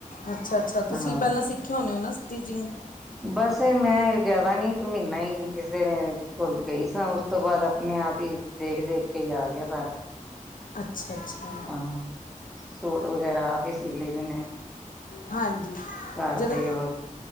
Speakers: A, on the left (about 75°); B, in the centre.
A: ਅੱਛਾ-ਅੱਛਾ ਤੁਸੀਂ
B: ਹਾਂ
A: ਪਹਿਲਾਂ ਸਿੱਖੇ ਹੋਣੇ ਓ ਨਾ ਸਟਿਚਿੰਗ
B: ਬਸ ਮੈਂ ਜਾਦਾ ਨੀ ਇੱਕ ਮੀਨਾ ਈ ਕਿਸੇ ਨੇ ਕੋਲ ਗਈ ਸਾਂ ਉਸ ਤੋਂ ਬਾਅਦ ਆਪਣੇ ਆਪ ਈ ਦੇਖ-ਦੇਖ ਕੇ ਈ ਆ ਗਿਆ ਸਾਰਾ।
A: ਅੱਛਾ ਅੱਛਾ
B: ਹਾਂ ਸੂਟ ਵਗੈਰਾ ਵੀ ਸੀ ਲਈ ਦੇ ਨੇ
A: ਹਾਂਜੀ
B: ਘਰ
A: ਜਦੋਂ
B: ਦੇ ਹੋਰ